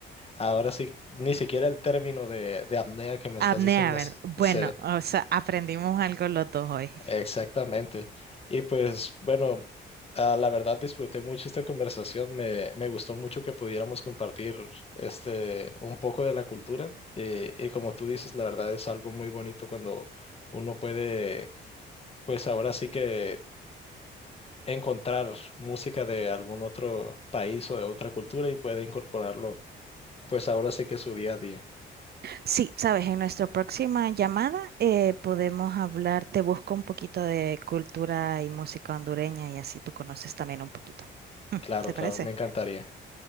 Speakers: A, on the left (about 30°); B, on the right (about 55°).
A: Ahora sí, ni siquiera el término de, de apnea que me
B: apnea,
A: estás diciendo
B: ¿verdad? Bueno,
A: sí
B: o sea, aprendimos algo los dos hoy.
A: Exactamente. Y pues bueno, ah, la verdad disfruté mucho esta conversación. Me, me gustó mucho que pudiéramos compartir este un poco de la cultura. Eh, Y, como tú dices, la verdad es algo muy bonito cuando uno puede, pues ahora sí que encontrar música de algún otro país o de otra cultura y puede incorporarlo, pues ahora sí que es su día a día.
B: Sí, sabes, en nuestra próxima llamada eh, podemos hablar, te busco un poquito de cultura y música hondureña y así tú conoces también un poquito. Mm,
A: Claro,
B: ¿Te
A: claro,
B: parece?
A: me encantaría.